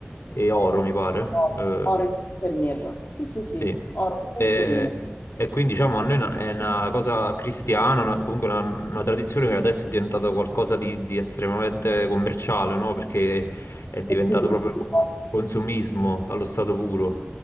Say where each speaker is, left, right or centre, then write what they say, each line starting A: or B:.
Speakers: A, on the left; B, on the left.
A: e oro, mi pare.
B: Oro,
A: Eh,
B: oro, incenso e mirra. Sì, sì, sì,
A: sì.
B: oro, incenso
A: E,
B: e mirra.
A: e quindi diciamo a noi no- è una cosa cristiana, una- comunque una, una tradizione che adesso è diventata qualcosa di, di estremamente commerciale, no? Perché è diventato
B: Ottimistico.
A: proprio il consumismo allo stato puro.